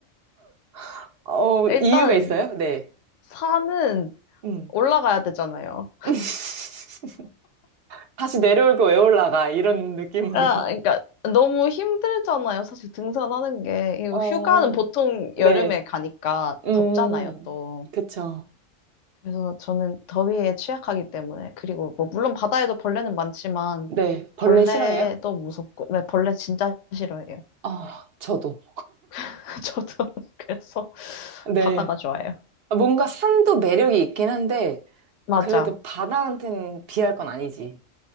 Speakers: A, on the right; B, on the left.
A: <laughs> 어,
B: 일단,
A: 이유가 있어요? 네.
B: 산은
A: 음.
B: 올라가야 되잖아요.
A: <laughs> 다시 내려올 거 왜 올라가? 이런 느낌으로.
B: 아, 그러니까, 너무 힘들잖아요. 사실 등산하는 게. 이거
A: 어,
B: 휴가는 보통
A: 네.
B: 여름에 가니까
A: 음,
B: 덥잖아요, 또.
A: 그쵸.
B: 그래서 저는 더위에 취약하기 때문에. 그리고 뭐, 물론 바다에도 벌레는 많지만,
A: 네. 벌레
B: 벌레도
A: 싫어해요?
B: 무섭고, 네, 벌레 진짜 싫어해요.
A: 아, 저도.
B: <laughs> 저도 <laughs> 그래서
A: 네.
B: 바다가 좋아요.
A: 뭔가 산도 매력이 있긴 한데,
B: 맞아.
A: 그래도 바다한테는 비할 건 아니지.